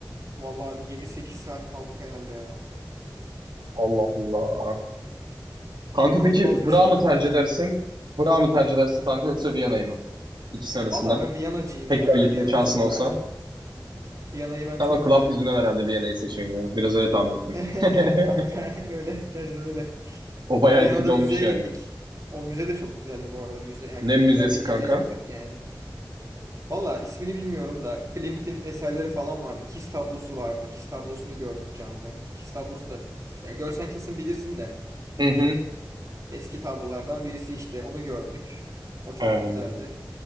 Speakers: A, on the right; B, on the right.
A: Vallahi bir yedi sekiz saat kaldık herhalde ya.
B: Allah Allah. Kanka
A: İnanılmaz
B: peki Prag'ı
A: bir şeydi
B: mı
A: ama.
B: tercih edersin? Prag'ı mı tercih edersin kanka yoksa Viyana'yı mı? İkisi arasından.
A: Valla ben Viyana'cıyım
B: Tekrar
A: ya. Ben
B: gitme
A: Viyana'yı
B: şansın
A: çok
B: olsa.
A: beğendim. Viyana'yı ben
B: Tamam
A: çok
B: club
A: beğendim.
B: yüzünden herhalde Viyana'yı seçiyorsun ya. Biraz öyle tahmin ettim.
A: <laughs>
B: <laughs>
A: Evet kanka <laughs> öyle. Gerçekten öyle.
B: O bayağı
A: Viyana'da
B: etkili olmuş
A: müzeye
B: yani.
A: gittik. O müze de çok güzeldi bu arada. Müze, yani
B: Lem
A: kültürel
B: Müzesi
A: de gezi
B: kanka.
A: yaptık yani. Valla ismini bilmiyorum da Klimt'in eserleri falan vardı. Kiss tablosu vardı. Kiss tablosunu gördük canlı. Kiss tablosu da ya görsen kesin bilirsin de.
B: Hı hı.
A: Eski tablolardan birisi işte. Onu gördük. O çok
B: Ee,
A: güzeldi.